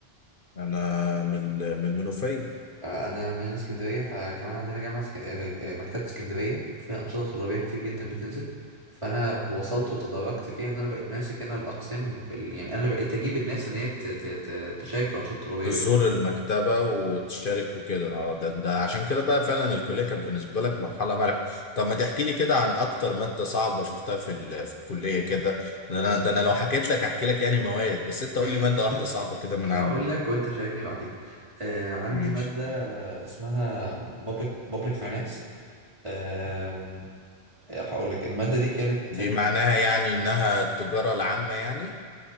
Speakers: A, on the left (about 60°); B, on the right (about 30°).
A: انا من ال- من المنوفية
B: آه، انا من اسكندريه فكمان عندنا جامعه سك... آه، آه، مكتبه اسكندريه فيها انشطه طلابيه كتير جدا بتنزل فانا وصلت وتدرجت فيها ان انا بقيت ماسك انا الاقسام ال... يعني انا بقيت اجيب الناس ان هي ت... ت... ت- تشارك في الانشطه الطلابيه
A: تزور
B: بقيت
A: المكتبة وتشارك وكده اه ده ده عشان كده بقى فعلا الكلية كانت بالنسبة لك مرحلة مرحلة طب ما تحكي لي كده عن أكتر مادة صعبة شفتها في ال... في الكلية كده ده أنا ده أنا لو حكيت لك هحكي لك يعني مواد بس أنت
B: <laughs>
A: قول لي مادة واحدة صعبة كده من عندك
B: هقول لك وانت شاركني بعدين آه عندي
A: ماشي
B: ماده اسمها public public finance آم، هقول لك الماده دي كانت
A: دي معناها يعني إنها التجارة العامة يعني